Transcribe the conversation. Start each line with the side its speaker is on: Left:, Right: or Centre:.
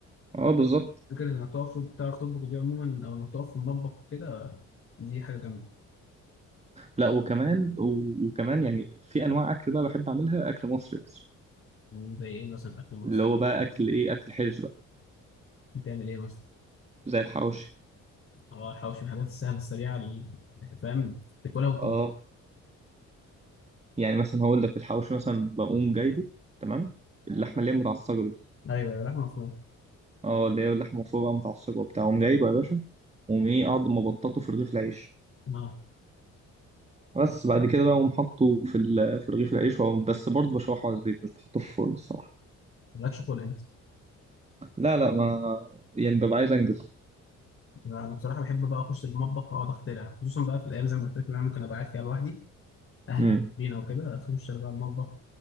Right: اه بالظبط
Left: فكرة إنك تقف تط- تعرف تطبخ دي عموما أو إنك تقف في المطبخ كده دي حاجة جامدة
Right: لا وكمان و- وكمان يعني في انواع اكل بقى بحب اعملها اكل مصري اصلا
Left: يعني زي إيه مثلا أكل مصر
Right: اللي هو بقى اكل ايه اكل حرش بقى
Left: بتعمل إيه مثلا؟
Right: زي الحواوشي
Left: أه الحواوشي من الحاجات السهلة السريعة اللي- فاهم تاكلها وتطبخ
Right: اه يعني مثلا هقول لك الحواوشي مثلا بقوم جايبه تمام اللحمه اللي هي متعصجه دي
Left: أيوه يا لحمة مفرومة
Right: اه اللي هي اللحمه مفرومه بقى متعصجه وبتاع اقوم جايبه يا باشا واقوم ايه اقعد مبططه في رغيف العيش
Left: أه
Right: بس بعد كده بقى اقوم حاطه في ال- في رغيف العيش وأقوم- بس برضه بشوحه على الزيت مش بحطه في الفرن الصراحه
Left: مالكش خلق أنت
Right: لا لا ما يعني ببقى عايز انجز
Left: لا، أنا بصراحة بحب بقى أخش المطبخ أقعد أخترع خصوصا بقى في الأيام زي ما قلت لك إن أنا ممكن أبقى قاعد فيها لوحدي أهلي
Right: امم.
Left: مسافرين أو كده أخش أنا بقى المطبخ